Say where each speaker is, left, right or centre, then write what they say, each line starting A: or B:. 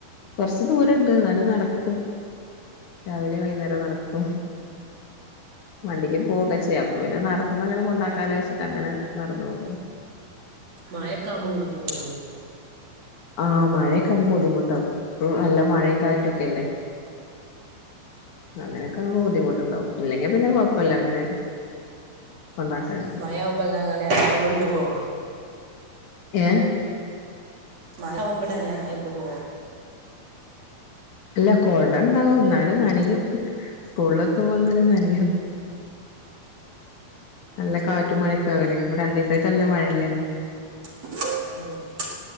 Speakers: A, on the left; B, on the right.
A: കൊറച്ച്ദൂരണ്ട് ന്നാലും നടക്കും രാവിലെ വൈകുന്നേരം നടക്കും വണ്ടി ക്യും പോവൊക്കെ ചെയാം പ്പൊ പിന്നെ നടുന്ന്ങ്ങനെ കൊണ്ടാക്കാലോശ്ച്ചിട്ട് അങ്ങനെ നടന്നു പോ
B: മഴയൊക്കെ ആവുമ്പോ ബുദ്ധിമുട്ടാവില്ലേ
A: ആഹ മഴയൊക്കെ ആുമ്പോ ബുദ്ധിമുട്ടാവും നല്ല മഴയും കാറ്റൊക്കെല്ലേ അങ്ങനെയൊക്കെ ആുമ്പോ ബുദ്ധിമുട്ട്ുണ്ടാവും ഇല്ലെങ്കി പിന്നെ കൊഴപ്പില്ല അങ്ങനെ കൊണ്ടാക്കാൻ
B: മഴവുമ്പോ ങ്ങനൊയി കൊണ്ടു പോോവ
A: ഏ
B: മഴ ആവുമ്പോ മഴ കൊണ്ട് പോവോ
A: അല്ല കൊടണ്ടാവും എന്നാലും നനയും സ്കൂളിൽ എത്തുമ്പോ എന്നാലും നനയും നല്ല കാറ്റും മഴക്ക ആവലേ ഇപ്പ രണ്ട ദിവസായിട്ട് നല്ല മഴയില്ലായിന്നോ.
B: ഉം